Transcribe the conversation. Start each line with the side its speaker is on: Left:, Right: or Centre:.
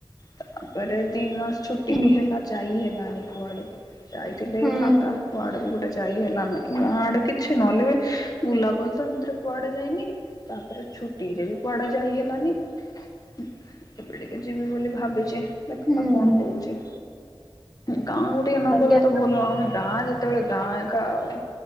Left: ତାପରେ ଦି ମାସ ଛୁଟି
Centre: ହୁଁ
Left: ବି ହେଲା ଯାଇ ହେଲାନି କୁଆଡକୁ। ଯାଇଥିଲେ ହେଇଥାନ୍ତା
Centre: ହୁଁ
Left: କୁଆଡେ ବି ଗୋଟେ ଯାଇ ହେଲାନାହିଁ, ଗାଁ ଆଡେ କିଛି ନହେଲେ ବି ବୁଲାବୁଲି ତ ଏମିତିରେ କୁଆଡେ ଯାଇନି, ତାପରେ ଛୁଟି ରେ ବି କୁଆଡେ ଯାଇ ହେଲାନି। ଏବେ ଟିକେ ଯିବି ବୋଲି ଭାବିଛି, ଦେଖିବା
Centre: ହୁଁ
Left: କଣ ହଉଛି? ଗାଁ କୁ ଟିକେ ନ
Centre: କରିବା
Left: ଗଲେ ତ ଭଲ ଲାଗୁନି, ଗାଁ ଯେତେବେଳେ ଗାଁ ଏକା ଆଉ।